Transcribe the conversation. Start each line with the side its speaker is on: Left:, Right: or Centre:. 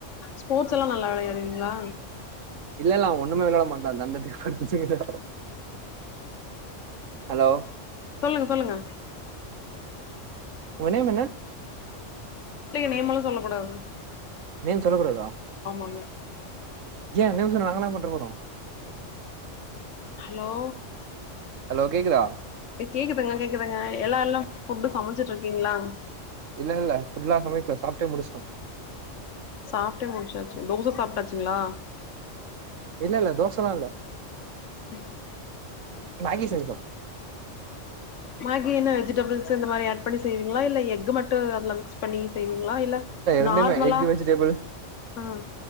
Left: ஸ்போர்ட்ஸ் எல்லா நல்லா விளையாடுவீங்களா
Right: இல்ல இல்ல அவன் ஒண்ணுமே விளையாட மாட்டா தண்டத்துக்கு <inaudible> ஹலோ
Left: சொல்லுங்க சொல்லுங்க
Right: உங்க நேம் என்ன
Left: இங்க நேம் எல்லா சொல்லக் கூடாது
Right: நேம் சொல்லக் கூடாதா
Left: ஆமாங்க
Right: ஏன் நேம் சொன்னா நாங்களா பண்ற போறோ
Left: ஹலோ
Right: ஹலோ கேக்குதா
Left: கேக்குதுங்க கேக்குதுங்க எல்லா எல்லாமே ஃபுட்டு் சமச்சுட்டு இருக்கீங்ளா
Right: இல்ல இல்ல ஃபுட் எல்லா சமைக்கல சாப்ட்டே முடிச்ட்டோம்
Left: சாப்ட்டே முடிச்சாச்சு தோச சாப்டாச்சுங்ளா
Right: இல்ல இல்ல தோசலா இல்ல
Left: ம்
Right: மேகி செஞ்சோ
Left: மேகி என்ன வெஜிடபிள்ஸ் இந்த மாரி ஆட் பண்ணி செய்வீங்ளா இல்ல எக் மட்டு அதுல மிக்ஸ் பண்ணி செய்வீங்ளா இல்ல
Right: ரெண்டுமே
Left: நார்மலா
Right: எக் வெஜிடபிள்
Left: அ